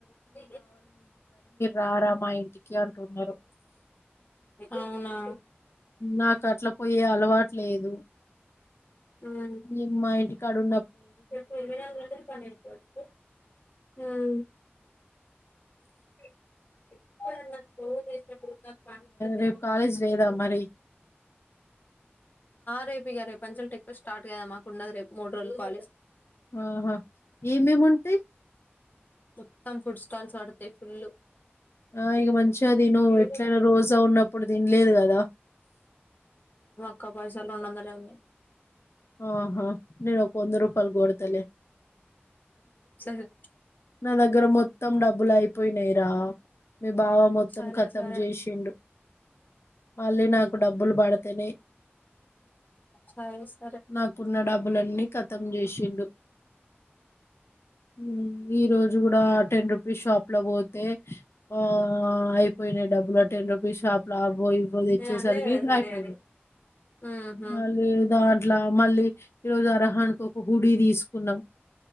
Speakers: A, on the left; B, on the left.
A: <inaudible>
B: రారా మా ఇంటికి అంటున్నారు
A: అవునా
B: నాకు అట్ల పోయే అలవాటు లేదు
A: హ్మ్
B: ఏమ్ మా ఇడి కడు
A: <unintelligible> <inaudible> హ్మ్
B: రేపు కాాలేజ్ లేడా మరి
A: రేపు ఇక రేపు అంచెలు ట ఎక్పోయి స్టార్ట్ కదామ్ మాకు ఉన్నది రేపు మూడు రోజులు కాలేజ్ <inaudible>
B: ఆహా ఏమేమి ఉంటాయి
A: మొత్తం ఫుడ్ స్టాల్స్ పడతాయి ఫుల్
B: ఆ ఇక మంచిగా తిను
A: ఏం
B: ఎట్లనా రోజా ఉన్నప్పుడు తినలేదు కదా
A: ఎక్క పైసలు రెండు వందలే ఉనాయి
B: ఆహా నేను ఒక వంద రూపాల్ కొడతలే
A: సరే
B: నా దగ్గర మొత్తం డబ్బులు అయిపోయినాయిరా మీ బావ మొత్తం
A: సరే
B: కతం
A: సరే
B: చేసిండు, మళ్ళీ నాకు డబ్బులు పడితేనే
A: సరే సరే
B: నాకున్న డబ్బులన్నీ కతం చే వచ్చిండు ఉ ఈ రోజు కూడా టెన్ రూపీస్ షాప్ లో పోతే ఆ అయిపోయినా డబ్బులు టెన్ రూపీస్ షాపులు అో ఇవ తెచ్చేసరికి
A: నేను అనలే కదా
B: ఇ
A: సరే
B: అయిపోయినాయి
A: అని ఉహు
B: మళ్ళీ దా అట్లా మళ్ళీ ఈరోజు హారాహణ కు ఒక హుడి తీసు పున్నాం